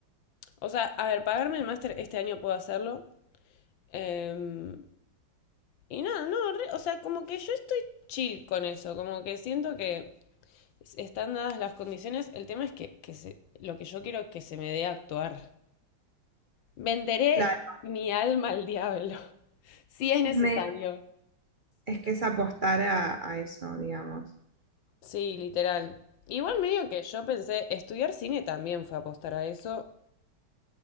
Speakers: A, on the left; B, on the right.
A: O sea, a ver, pagarme el máster este año puedo hacerlo. eh, y nada, no, re- o sea, como que yo estoy chill con eso, como que siento que están dadas las condiciones, el tema es que, que se- lo que yo quiero es que se me dé a actuar. Venderé
B: claro,
A: mi alma al diablo, <laughs> si es
B: es
A: necesario.
B: medio- es que es apostar a, a eso, digamos.
A: Sí, literal. Igual medio que yo pensé, estudiar cine también fue apostar a eso